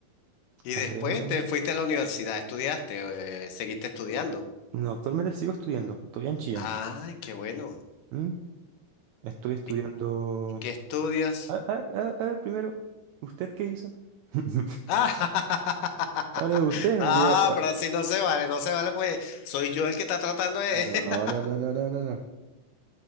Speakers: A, on the left; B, on the right.
A: Y
B: a
A: después
B: ver.
A: te fuiste a la universidad, estudiaste, eh, seguiste estudiando.
B: No, actualmente sigo estudiando, estoy en Chillán.
A: Ay, qué bueno.
B: ¿Mm? Estoy estudiando.
A: ¿Y y qué estudias?
B: A, a- a- a ver, primero, ¿usted qué hizo? <laughs>
A: Ah, <laughs>
B: Ahora usted,
A: ah,
B: bien.
A: pero así no se vale, no se vale, pues soy yo el que está tratando de...
B: No,
A: <laughs>
B: no, no, no, no, no, no.